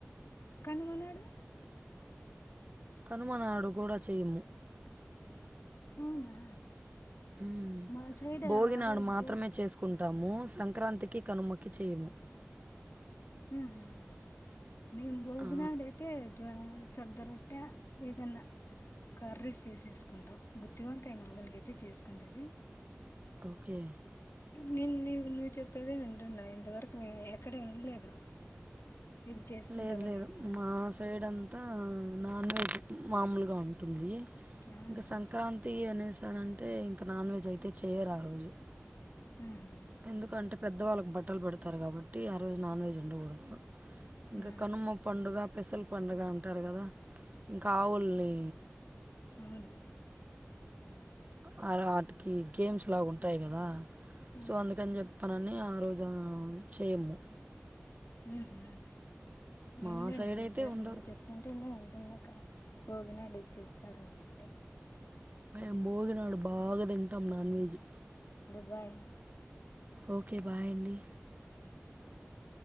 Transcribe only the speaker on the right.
కనుమనాడు కూడా చేయము
ఉమ్
భోగిినడు
మాత్రమే
చేసుకుంటాము సన్ క్రాంతికి కనుమక్కి చేయము
ఆ,
ఓకే
లేదు లేదు
మా సైడ్ అంత్ అ నాన్ వెజ్ మామూలుగా ఉంటుంది
ఇకా సంక్రాంతి అనే సి అంతే ఇంకా నాన్ వెజ్ అయితే చేయరు ఆ రోజు
ఎందుకంటే పెద్ద వాళ్ళకి బట్టలు పెడతారు కాబట్టి ఆ రోజు నాన్ వెజ్ ఉండకూడదు ఇంకా
కనుమ్మ పండుగ స్పెషల్ పడుగ అంటారు కదా ఇంకా ఆవుల్ని
ఆ వాటికి గేమ్స్ లాగా ఉంటాయి కదా
సో అందుకని చెప్పానని ఆ రోజు ఆ చేయము
మా
సైడ్
అయితే
ఉండదు
ం భోగి నాడు బాగాదిం టమ్ non veg
okay bye అండి